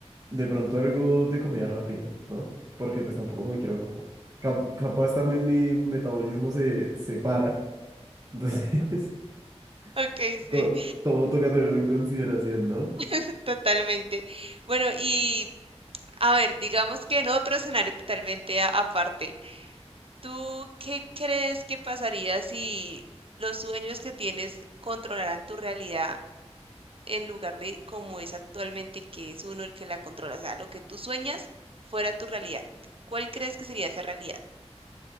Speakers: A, on the right; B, on the right.
A: de pronto algo de comida rápida, ¿no? Porque pues tampoco me quiero, cap- capaz también mi metabolismo se, se para, entonces
B: Ok,
A: <laughs>
B: sí,
A: to- todo toca tenerlo en consideración, ¿no?
B: <laughs> totalmente. Bueno, y a ver, digamos que en otro escenario totalmente a- aparte, ¿Tú qué crees que pasaría si los sueños que tienes controlaran tu realidad en lugar de como es actualmente, que es uno el que la controla? O sea, lo que tú sueñas fuera tu realidad. ¿Cuál crees que sería esa realidad?